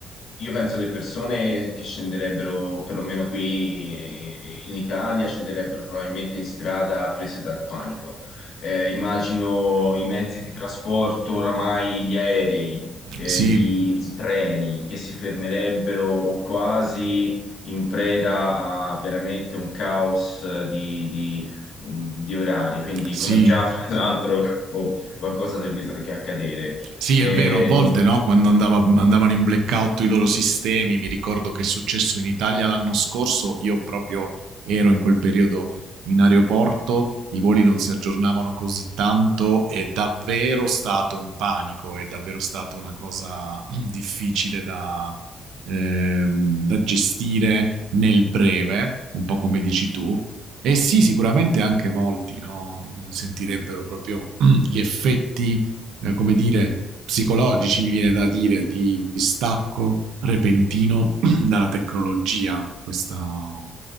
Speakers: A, on the left; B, on the right.
A: io penso le persone che scenderebbero, perlomeno qui eh, in Italia, scenderebbero probabilmente in strada prese dal panico. Eh, immagino i mezzi di trasporto, oramai gli aerei, eh,
B: Sì,
A: gli, i treni che si fermerebbero o quasi in preda a veramente un caos di, di- di orari, quindi
B: sì,
A: come già <laughs> fra l'altro oh, qualcosa si è visto anche accadere.
B: Sì,
A: E
B: è vero, a volte
A: non-
B: no, quando andava- andavano in blackout i loro sistemi, mi ricordo che è successo in Italia l'anno scorso, io proprio ero in quel periodo in aeroporto, i voli non si aggiornavano così tanto, è davvero stato un panico, è davvero stata una cosa <clears throat> difficile da, ehm, da gestire nel breve, un po' come dici tu. E sì, sicuramente anche molti no, sentirebbero proprio <clears throat> gli effetti eh, come dire, psicologici, mi viene da dire, di un distacco repentino <clears throat> dalla tecnologia. Questa,